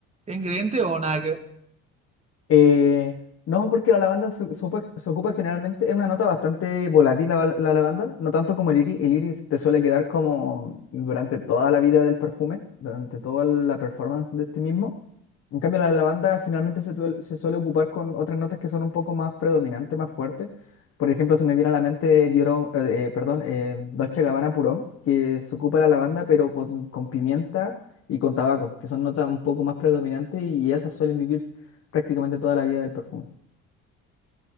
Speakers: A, on the right (about 20°); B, on the left (about 55°).
A: ingredientes o nada que ver?
B: Eh, no, porque la lavanda se, se ocupa se ocupa generalmente, es una nota bastante volátil la, val- la lavanda, no tanto como el iris. El iris te suele quedar como durante toda la vida del perfume, durante toda la performance de este mismo. En cambio, la lavanda generalmente se, tuel- se suele ocupar con otras notas que son un poco más predominantes, más fuertes. Por ejemplo, se me viene a la mente Diorón, eh, eh, perdón, eh, Dolce Gabbana Purón, que se ocupa la lavanda, pero con, con pimienta y con tabaco, que son notas un poco más predominantes y esas suelen vivir prácticamente toda la vida del perfume.